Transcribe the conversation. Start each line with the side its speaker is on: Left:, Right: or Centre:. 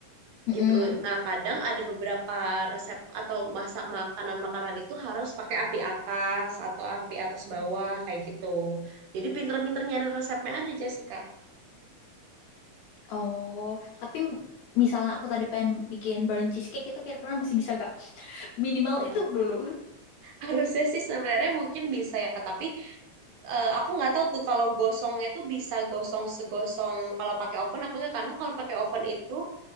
Left: Mm-mm.
Right: gitu. Nah, kadang ada beberapa resep atau masak makanan-makanan itu harus pakai api atas atau api atas bawah kayak gitu. Jadi pinter-pinter nyari resepnya ada Jessica.
Left: Oh, tapi misalnya aku tadi pengen bikin burnt cheesecake itu kira-kira masih bisa gak? <laughs> Minimal
Right: Har-
Left: itu dulu.
Right: Harusnya sih sebenarnya mungkin bisa ya Kak, tapi eh, aku nggak tahu tuh kalau gosongnya tuh bisa gosong segosong kalau pakai oven apa enggak karena kalau pakai oven itu